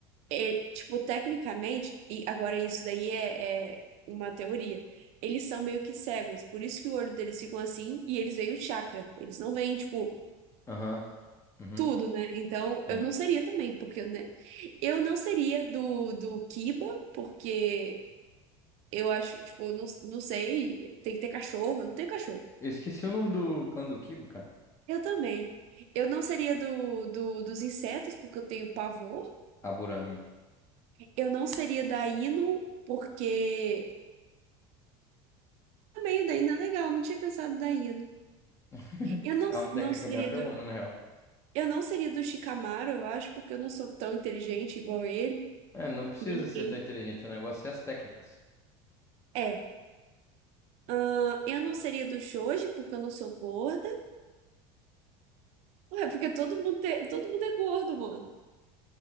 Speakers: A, on the right; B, on the left.
A: é, tipo, tecnicamente, e agora isso daí é, é uma teoria. Eles são meio que cegos, por isso que o olho deles ficam assim e eles veem o chakra. Eles não veem, tipo.
B: Aham. Uhum.
A: Tudo, né? Então,
B: Sim.
A: eu não seria também, porque, né? Eu não seria do, do Kiba, porque eu acho, tipo, não, não sei, tem que ter cachorro, eu não tenho cachorro.
B: Eu esqueci o nome do clã do Kibo, cara.
A: Eu também. Eu não seria do, do, dos insetos, porque eu tenho pavor.
B: Aburami.
A: Eu não seria da Hino, porque também o da Hino é legal, não tinha pensado da Hino.
B: <laughs>
A: Eu não,
B: É uma
A: não
B: técnica
A: seria
B: bem apelona,
A: do,
B: na real.
A: eu não seria do Shikamaru, eu acho, porque eu não sou tão inteligente igual ele,
B: É, não precisa
A: nem
B: ser
A: ninguém.
B: tão inteligente. O negócio é as técnicas.
A: É. Ahn, eu não seria do shoji, porque eu não sou gorda. Ué, porque todo mundo, te- todo mundo é gordo, mano.